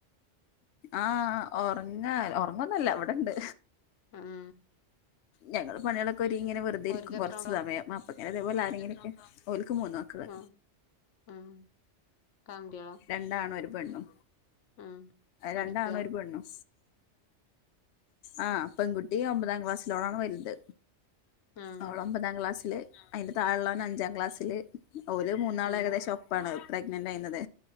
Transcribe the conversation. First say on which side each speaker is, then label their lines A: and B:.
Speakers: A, on the left; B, on the left.
A: ആഹ ഉറങ്ങാ ഉറങ്ങൊന്നെല്ല ഇവിടെണ്ട്
B: ഉം
A: ഞങ്ങള പണികള് ക്കൊരിങ്ങി ഇങ്ങനെ വെറുതെ ഇരിക്കുംകൊറച്ച്
B: ഓര്ക്ക് എത്ര ആളാ
A: സമയം അപ്പൊ ഇങ്ങനെ ഇതേപോലെആ രെങ്കിലും ഒക്കെ ഓല്ക്കും മൂന്ന് മക്കള്
B: ആഹ <unintelligible>
A: രണ്ടാണും ഒരു പെണ്ണും
B: ഉം പഠിക്കുക
A: രണ്ടാണും ഒരു പെണ്ണും ആ പെൺകുട്ടി ഒമ്പതാം ക്ലാസ്സിലാ ഓളാണ് വലുത്
B: ഉം
A: അവള് ഒമ്പതാം ക്ലാസ്സില് അയിന്റെ താഴെള്ളാഓന് അഞ്ചാം ക്ലാസ്സില് ഒരു മൂന്നാള്
B: ഉം
A: ഏകദേശം ഒപ്പാണ് പ്രെഗ്നന്റ് ആയിന്നത്